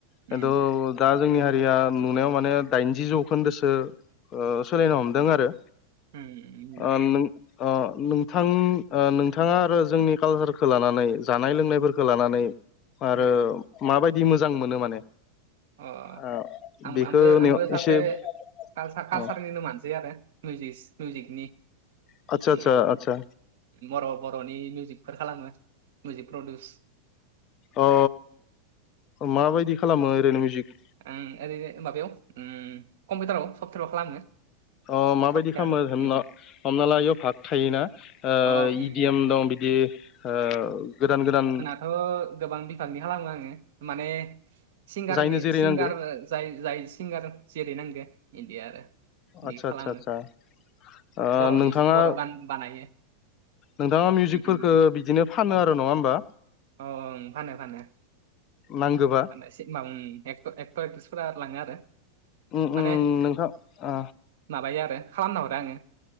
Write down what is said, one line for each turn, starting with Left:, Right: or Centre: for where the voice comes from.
Right: उम
Left: खिन्थु दा जोंनि हारिया नुनायाव माने दाइनजि जौखोन्दोसो ओ सोलायनो हमदों आरो
Right: उम नंगौ
Left: ओ नों ओ नोंथां ओ नोंथाङा आरो जोंनि कालसार लानानै जानाय लोंनायफोरखौ लानानै आरो
Right: अ
Left: माबायदि मोजां मोनो माने
Right: अ
Left: ओ
Right: आं
Left: बेखौ
Right: आंबो आंबो सासे
Left: एसे
Right: कालार
Left: अ
Right: कालसारनिनो मानसि आरो मिउिक मिउजिकनि
Left: आदसा आदसा
Right: आङो
Left: आदसा
Right: ओ बर' बर'नि मिउजिकफोर खालामो मिउजिक प्रदिउस
Left: ओ माबायदि खालामो ओरैनो म्युजिक
Right: ओ आं ओरैनो माबायाव ओ कम्पिउटाराव सप्तयाराव खालामो
Left: अ माबायदि
Right: सफ्टवेयार
Left: खालामो हनाव
Right: उम
Left: हमना ला आययाव भाग थायोना
Right: अ उम
Left: इडि एम दं बिदि ओ गोदान गोदान
Right: ' गोबां बिभागनि खालामो आङो माने सिंगारनि
Left: जायनो जेरै
Right: सिंगार
Left: नांगो
Right: जाय जाय सिंगार जिरै नांगोन इदिया आरो बिदि
Left: आदसा
Right: खालामो
Left: आदसा आदसा ओ
Right: बर'नि
Left: नोंथाङा
Right: बर' गान बानायो।
Left: नोंथाङा मिउजिकख
Right: उम उम
Left: बिदिनो फानो आरो नङा होमबा?
Right: अ ओ फानो फानो
Left: नांगोबा
Right: <unintelligible> एखथ'र एकथ्रिसफोरा लांगोआरो
Left: उम उम
Right: माने आरो माने
Left: नोंथां ओ
Right: माबायो आरो खालामना हरो आङो